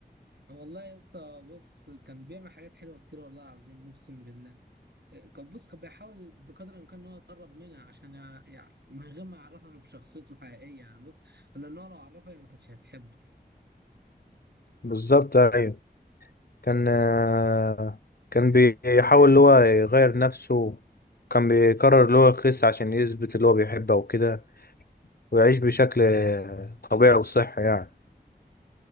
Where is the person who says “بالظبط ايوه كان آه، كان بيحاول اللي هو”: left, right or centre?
Left